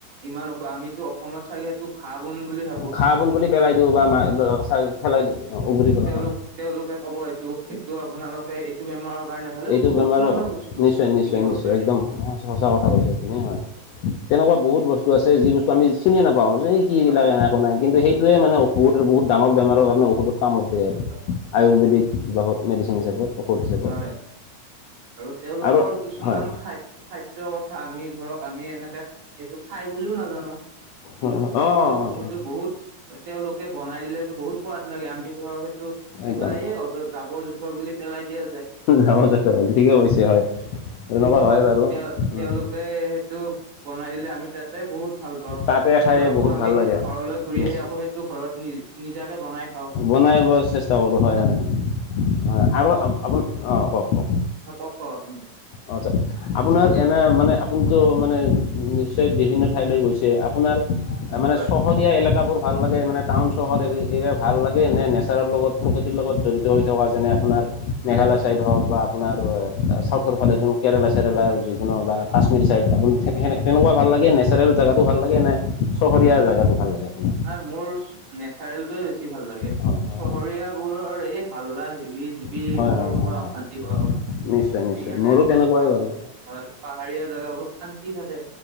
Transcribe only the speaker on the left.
ঘাঁহ বন
বুলি পেলাই দিও বা পেলাই দিও উঘালি পেলাও
হয়
এইটো
বেমাৰৰ
পৰা
নিশ্চয়, নিশ্চয়,
নিশ্চয়,
একদম সঁচা কথা কৈছে হয় নে নহয় তেনেকোৱা বহুত বস্তু আছে যি বস্তু আমি চিনিয়ে নাপাওঁ যে কি
বিলাক একো নাই কিন্তু সেইটোৱে বহুত বহুত ডাঙৰ বেমাৰৰ কাৰণে ঔষধ কামত দিয়ে আৰু
আয়ুৰ্বেদিক বাত মেডিচিন হিচাপত ঔষধ হিচাপত
হয়
হয় হয়।
অঁ
অঁ
অঁ
একদম
জাবৰ দে জাবৰ দে, ঠিকে কৈছে হয় তেনেকুৱা
হয় বাৰু
উম।
তাতে
খাই
বহুত
ভাল লাগে
নিশ্চয়
বনাই ব চেষ্টা কৰো হয় হয় হয় হয় আৰু আপোন অ কওক কওক
অ', আচ্ছা আপোনাৰ এনে মানে আপুনিতো মানে নিশ্চয় বিভিন্ন ঠাইলৈ গৈছে আপোনাৰ মানে
চহ ৰীয়া এলেকাবোৰ ভাল লাগে মানে টাউন চহৰ এৰীয়া ভাল লাগে নে নেচাৰৰ লগত প্ৰকৃতিৰ লগত জড়িত জৰিত হোৱা যেনে আপোনাৰ মেঘালয় চাইড হওক বা আপোনাৰ এ চাউথ ফালে যোন কেৰেলা চেৰেলাৰ যিকোনো
বা কাশ্মীৰী চাইড আপুনি সে তেনেকোৱা ভাল লাগে নেচাৰেল জেগাটো ভাল লাগে নে চহৰীয়া জেগাটো ভাল লাগে আপোনাৰ?
হয় হয়
হয়
হয়
হয় হয় হয়
হয়
নিশ্চয় নিশ্চয়
মোৰো তেনেকুৱাই
বাৰু